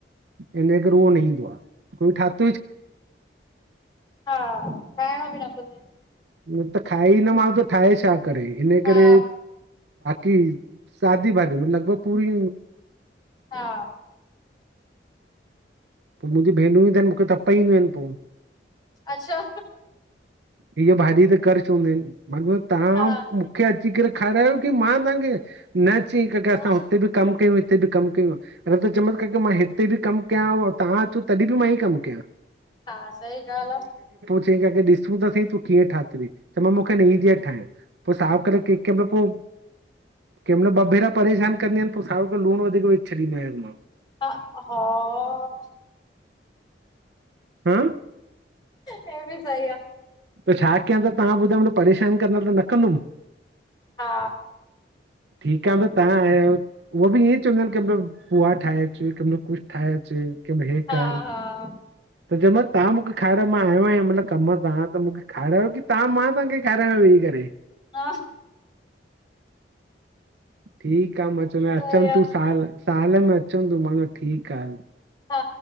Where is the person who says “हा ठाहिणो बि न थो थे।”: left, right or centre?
Left